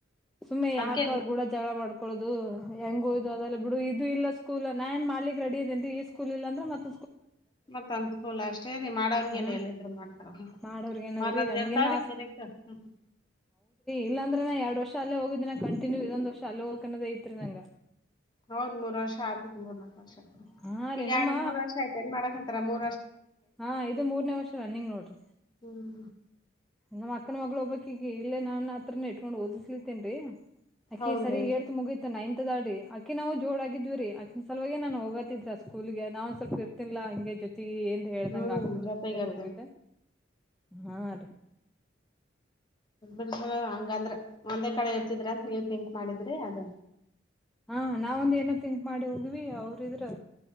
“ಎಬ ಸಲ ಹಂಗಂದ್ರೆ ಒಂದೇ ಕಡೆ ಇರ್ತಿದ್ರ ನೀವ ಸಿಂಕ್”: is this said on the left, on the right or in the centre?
Left